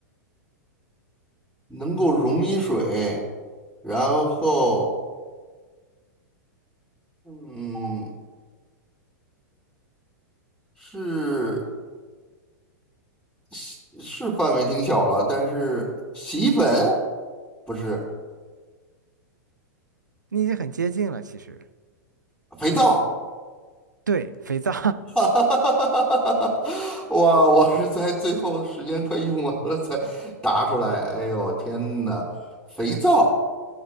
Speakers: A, in the centre; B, on the right.
A: 能够溶于水，然后，嗯，是是是范围挺小了，但是洗衣粉不是
B: <laughs> 你已经很接近了。其实，
A: 肥皂，
B: 对，肥皂，
A: <laughs> 哈哈哈哈哈哈！哇，我是在最后时间快用完了才答出来。哎呦，天呐，肥皂